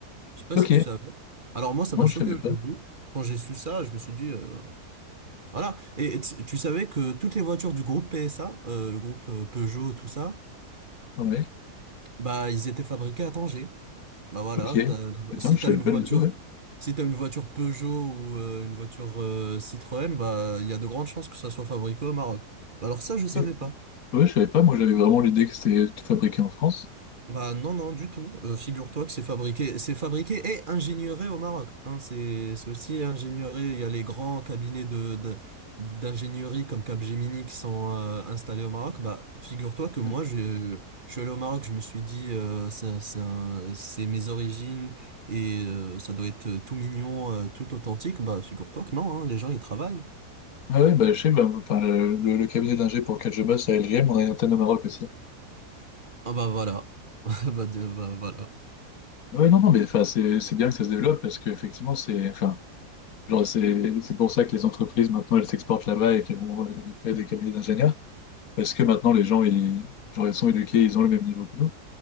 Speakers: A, on the right; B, on the left.
A: Je sais pas
B: Ok,
A: si tu savais. Alors moi, ça
B: bon,
A: m'a choqué
B: je savais
A: au
B: pas.
A: début. Quand j'ai su ça, je me suis dit, euh, voilà. Et, tu tu savais que toutes les voitures du groupe PSA, euh, le groupe euh, Peugeot, tout ça,
B: Ouais.
A: bah, ils étaient fabriqués à Tanger. Bah voilà,
B: Ok,
A: t'as-
B: putain,
A: si
B: je
A: t'as
B: savais
A: une
B: pas
A: voiture,
B: du tout, ouais.
A: si t'as une voiture Peugeot ou euh, une voiture euh, Citroën, bah il y a de grandes chances que ça soit fabriqué au Maroc. Bah Alors ça, je savais
B: Ok.
A: pas.
B: Ouais, je savais pas, moi j'avais vraiment l'idée que c'était tout fabriqué en France.
A: Bah non, non, du tout. Euh, figure-toi que c'est fabriqué, c'est fabriqué et ingénieur au Maroc. Hein, c'est, c'est aussi ingénieur Il y a les grands cabinets de, de- d'ingénierie comme Capgemini qui sont euh, installés au Maroc. Bah figure-toi que moi,
B: Ouais,
A: je, je suis allé au Maroc, je me suis dit, euh, c'est, c'est un- c'est mes origines et euh, ça doit être tout mignon, euh, tout authentique. Bah figure-toi que non, hein, les gens ils travaillent.
B: Ah ouais, bah je sais, bah, enfin, le, le- le cabinet d'ingé pour lequel je bosse à LGM, on a une antenne au Maroc aussi.
A: Ah bah voilà. <laughs> Bah, bah voilà.
B: Oui, non, non, mais enfin, c'est c'est bien que ça se développe parce qu'effectivement, c'est enfin, genre, c'est c'est pour ça que les entreprises maintenant elles s'exportent là-bas et qu'elles vont euh, créer des cabinets d'ingénieurs parce que maintenant les gens ils, genre, ils sont éduqués, ils ont le même niveau que nous.